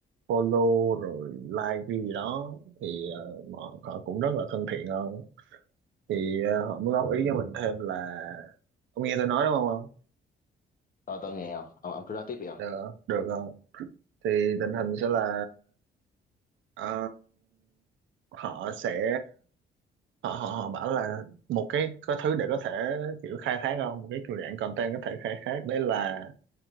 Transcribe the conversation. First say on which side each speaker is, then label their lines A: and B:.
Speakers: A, on the right (about 75°); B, on the left (about 45°).
A: follow rồi like cái gì đó thì ờ, mọi họ cũng rất là thân thiện không thì ờ, họ mới góp ý cho mình thêm là ông nghe tôi nói đúng không ông
B: Tôi tôi nghe không? Ông, ông cứ nói tiếp đi không?
A: được được không thì tình hình sẽ là ờ, họ sẽ họ họ họ bảo là một cái có thứ để có thể kiểu khai thác không một cái kiểu dạng content có thể khai thác đấy là